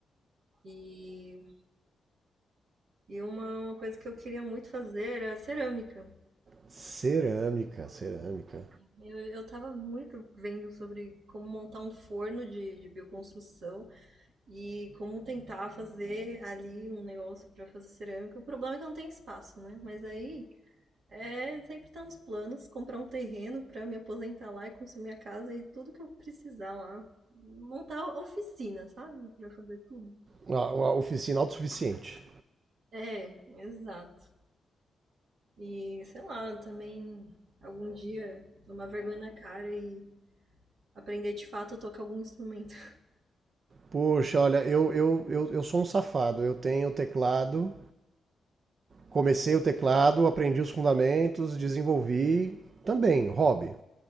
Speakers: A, on the right (about 75°); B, on the right (about 55°).
A: E, e uma, uma coisa que eu queria muito fazer era cerâmica.
B: Cerâmica, cerâmica.
A: Eu, eu tava muito vendo sobre como montar um forno de, de bioconstrução. E como tentar fazer ali um negócio para fazer cerâmica. O problema é que não tem espaço, né? Mas aí é sempre tá nos planos, comprar um terreno para me aposentar lá e construir minha casa e tudo que eu precisar lá. Montar oficina, sabe? Para fazer tudo.
B: Uma, uma oficina autossuficiente.
A: É, exato. E sei lá, também algum dia tomar vergonha na cara e aprender de fato a tocar algum instrumento. <laughs>
B: Poxa, olha, eu, eu, eu, eu sou um safado. Eu tenho teclado, comecei o teclado, aprendi os fundamentos, desenvolvi também, hobby.